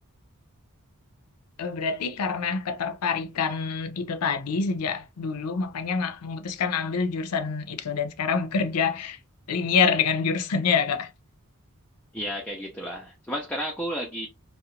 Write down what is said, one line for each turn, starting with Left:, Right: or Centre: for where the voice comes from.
Left: Eh, Berarti karena ketertarikan itu tadi sejak dulu, makanya nggak memutuskan ambil jurusan itu dan sekarang bekerja linier dengan jurusannya ya, Kak.
Centre: Iya, kayak gitulah. Cuman sekarang aku lagi